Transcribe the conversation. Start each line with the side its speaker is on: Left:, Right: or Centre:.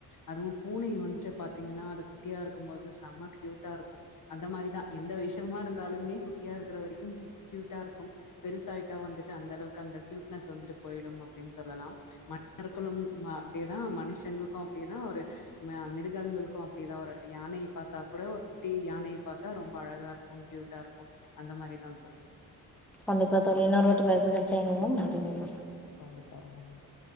Left: அதுவும் பூனைய வந்துட்டு பாத்தீங்கன்னா அது குட்டியா இருக்கும்பொது செம்ம க்யூட்டா இருக்கும் அந்த மாரிதா எந்த விஷ்யமா இருந்தா லுமே குட்டியா இருக்கற வரைக்கு க்யூட்டா இருக்கு பெருசாயிட்டா வந்து ட்டு அந்த அளவுக்கு அந்த க்யூட்னஸ் வந்துட்டு போயிடும் அப்டின்னு சொல்லலாம் மன்னர்க்களும் அப்டிதான் மனுஷங்களுக்கும் அப்டியே தான் ஒரு ம மிருகங்களுக்கும் அப்டிதான் ஒரு யானையை பாத்தா கூட ஒரு குட்டி யானையை பாத்தா ரொம்ப அழகா இருக்கும் க்யூட் டா இருக்கும் அந்த மாரிதா தோழி
Centre: கண்டிப்பா தோழி இன்னொருவாட்டி வாய்பு கடச்சா இணைவோம் நன்றி வணக்
Left: கண்டிப்பா ரொம்ப நன்றி